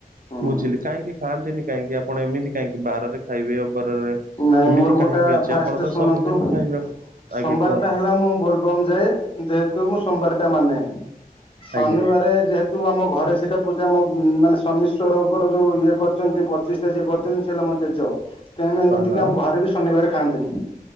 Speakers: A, on the left; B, on the right.
A: ହୁଁ
B: ବୁଝିଲି କାହିଁକି ଖାଆନ୍ତିନି କାହିଁକି ଆପଣ ଏମିତି କାହିଁକି ବାରରେ ଖାଇବେ ଅବାରରେ
A: ନାଇଁ
B: ଏମିତି
A: ମୋର ଗୋଟା
B: କାହିଁକି ଅଛି
A: ଫାଷ୍ଟ
B: ଆପଣ ତ
A: ଶୁଣନ୍ତୁ
B: ସବୁଦିନ ଖାଇବା କଥା ଆଜ୍ଞା
A: ସୋମବାରଟା
B: କୁହନ୍ତୁ
A: ହେଲା ମୋ ବୋଲ ବମ୍ ଯାଏ ଯେହେତୁ ମୁଁ ସୋମବାର ଟା ମାନେ। ଶନିବାରେ
B: ଆଜ୍ଞା
A: ଯେହେତୁ ତୁ ଆମ ଘରେ ସେଇଟା ପୂଜା ମୋ ମାନେ ଶନିଶ୍ଚରଙ୍କର ଯୋଉ ଇଏ କରିଚନ୍ତି ପଚିଶ ଯିଏ କରିଚନ୍ତି ସିଏ ହେଲା ମୋ ଜେଜ କାହିଁକିନା ଏମିତିକି
B: ହଁ ହଁ
A: ଆମ ଘରେ ବି ଶନିବାର ଖାଆନ୍ତିନି।